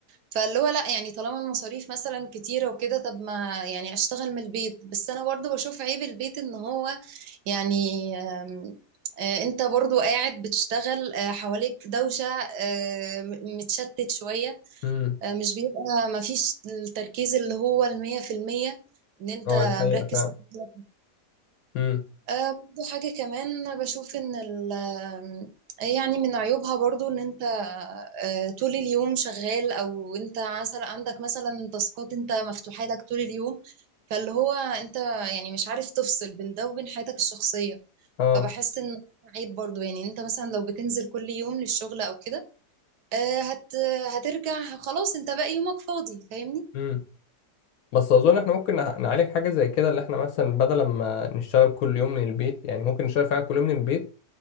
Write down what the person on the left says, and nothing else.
امم
اه دي حقيقة
فعلا
امم
اه
امم بس اظن احنا ممكن نع- نعالج حاجه زي كده اللي احنا مثلا بدل ما نشتغل كل يوم من البيت يعني ممكن نشتغل فعلا كل يوم من البيت